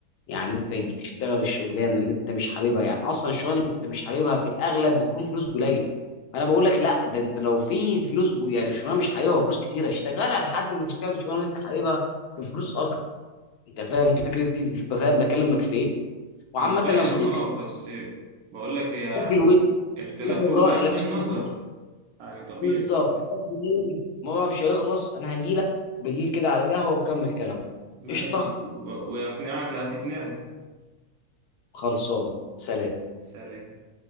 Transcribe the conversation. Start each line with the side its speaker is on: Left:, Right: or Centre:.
Left: يعني انت تيجي تشتغل الشغلانه اللي انت مش حاببها يعني اصلا الشغلانه اللي انت مش حاببها في الاغلب بتكون فلوس قليله فانا بقول لك لا ده انت لو في فلوس جو- يعني شغلانه مش حاببها وفلوس كتيره اشتغلها لحد ما تشتغل الشغلانه اللي انت حاببها بفلوس اكتر انت فاهم فكرتي فاهم بكلمك في ايه وعامه
Right: انا فاهم
Left: يا صديقي
Right: اه بس بقول لك هي
Left: في الود
Right: اختلاف
Left: في الرأي
Right: في وجهات
Left: نفس
Right: النظر
Left: الود
Right: يعني طبيعي
Left: بالظبط فاهم ايه الموضوع مش هيخلص انا هجيلك بالليل كده على القهوه ونكمل كلامنا
Right: ماشي
Left: قشطه
Right: و- ويقنعك هتقنعني
Left: خلصان سلام
Right: سلام